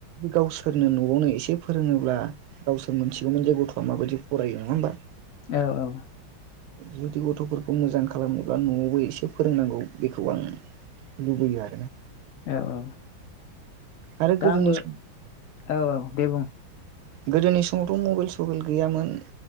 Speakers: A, on the right; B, on the left.
A: गावसोरनो न'आवनो एसे फोरोङोब्ला गावसोर मोनथिगौमोन जे गथआ माबायदि फरायो नङा होमबा?
B: औ औ
A: जुदि गथफोरखौ मोजां खालामोब्ला न'आवबो एसे फोरोंनांगौ बेखौ आं लुबैयो आरोना।
B: औ औ
A: आरो
B: दा
A: गोदोनि
B: आंबो
A: सम
B: औ औ दे बुं
A: गोदोनि समावथ मबाइल सबाइल गैयामोन